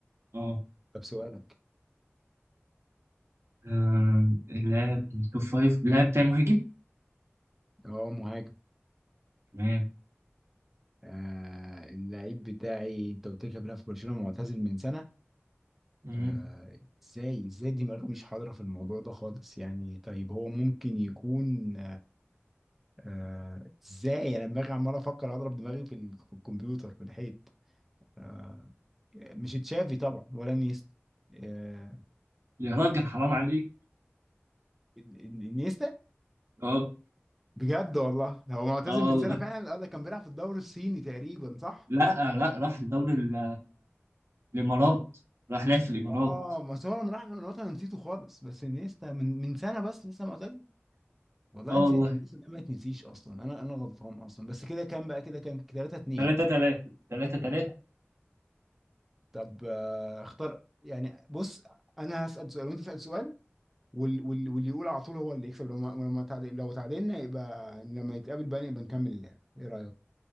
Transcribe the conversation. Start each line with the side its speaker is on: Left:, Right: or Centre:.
Right: اه
Centre: طب سؤالك
Right: آه، اللاعب التوب فايف اللاعب بتاع مهاجم
Centre: اه مهاجم
Right: تمام
Centre: آه اللعيب بتاعي انت قلت لي كان بيلعب في برشلونه معتزل من سنه
Right: مم.
Centre: آه ازاي ازاي دماغي مش حاضره في الموضوع ده خالص يعني طيب هو ممكن يكون آه ازاي انا دماغي عمال افكر اضرب دماغي في, ال- في الكمبيوتر في الحيط آه مش تشافي طبعا ولا نيستا آه
Right: يا راجل حرام عليك
Centre: إن- إن- انيستا
Right: اه
Centre: بجد والله هو معتزل
Right: اه
Centre: من
Right: والله
Centre: سنه فعلا آه، ده كان بيلعب في الدوري الصيني تقريبا صح؟
Right: لا آه، لا راح الدوري ال- الامارات راح لعب في الامارات
Centre: اه ما هو لما راح من الوطن أنا نسيته خالص بس انيستا من من سنه بس لسه معتزل والله
Right: اه
Centre: انت
Right: والله
Centre: الناس اللي ما تنسيش اصلا انا انا غلطان اصلا بس كده كام بقى كده كام 3 2
Right: 3 3 3 3
Centre: طب آه، اختار يعني بص انا هسأل سؤال وانت تسأل سؤال وال- وال- واللي يقول على طول هو اللي يكسب لو ما ما- ما تعادل لو تعادلنا يبقى لما يتقابل بقى نبقى نكمل اللعبة ايه رأيك